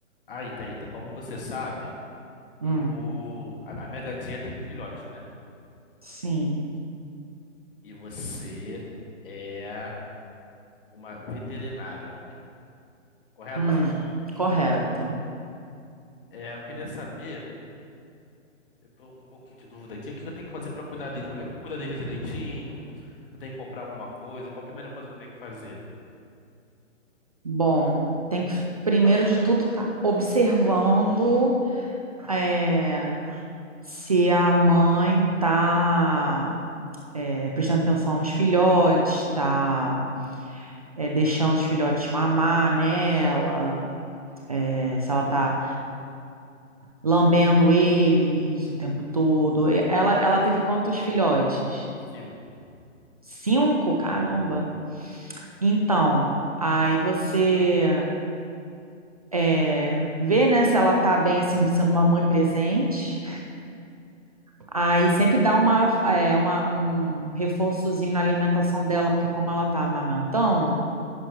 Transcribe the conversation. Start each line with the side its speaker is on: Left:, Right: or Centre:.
Left: Aí, Thalita, como você sabe,
Right: Hum,
Left: eu. A a minha gatinha teve filhote, né?
Right: sim.
Left: E você é uma veterinária, correto?
Right: Hum, correto.
Left: É, eu queria saber, eu tô com um pouquinho de dúvida aqui, o que eu tenho que fazer pra cuidar dele? Como é que eu cuido dele direitinho? Eu tenho que comprar alguma coisa? Qual a primeira coisa que eu tenho que fazer?
Right: Bom, tem que, primeiro de tudo, tá observando é, se a mãe tá é, prestando atenção nos filhotes, tá é, deixando os filhotes mamar nela, é, se ela tá lambendo eles o tempo todo. E Ela, ela teve quantos filhotes?
Left: Cinco.
Right: Cinco? Caramba. Então, aí você. é, ver, né, se ela tá bem, assim, sendo uma mãe presente. Aí sempre dá uma, é, uma- um reforçozinho na alimentação dela, porque como ela tá amamentando,